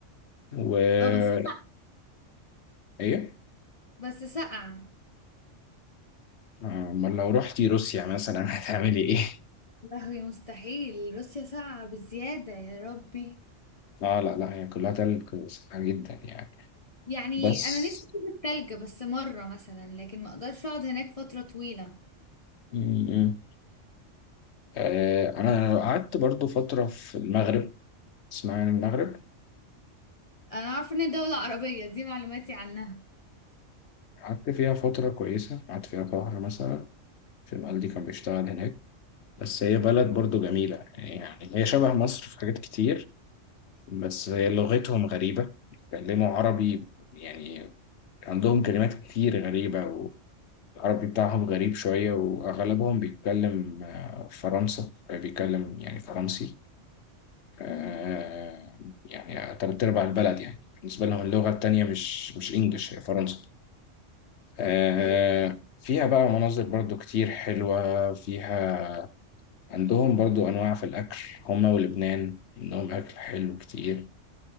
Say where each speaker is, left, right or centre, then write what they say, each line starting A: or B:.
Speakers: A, on the left; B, on the left.
A: و
B: اه بس ساقعة
A: ايه
B: بس ساقعه
A: آه، امال لو رحتي روسيا مثلا <laughs> هتعملي ايه؟
B: لهوي مستحيل روسيا ساقعه بزياده يا ربي
A: اه لا لا هي كلها تلج سخنة جدا يعني
B: يعني
A: بس
B: انا نفسي اشوف التلج بس مره مثلا لكن ما اقدرش اقعد هناك فتره طويله
A: م- م. آه انا قعدت برضو فترة في المغرب اسمها يعني المغرب
B: انا عارفه ان الدوله عربيه دي معلوماتي عنها
A: قعدت فيها فترة كويسة قعدت فيها شهر مثلا في والدي كان بيشتغل هناك بس هي بلد برضو جميلة يعني هي شبه مصر في حاجات كتير بس هي لغتهم غريبة بيتكلموا عربي يعني عندهم كلمات كتير غريبة والعربي بتاعهم غريب شوية وأغلبهم بيتكلم آه، فرنسا آه، بيتكلم يعني فرنسي آه،
B: امم
A: يعني تلات أرباع البلد يعني بالنسبة لهم اللغة التانية مش مش إنجلش هي فرنسا آه،
B: ايوه
A: فيها بقى مناظر برضو كتير حلوة فيها عندهم برضو أنواع في الأكل هما ولبنان عندهم أكل حلو كتير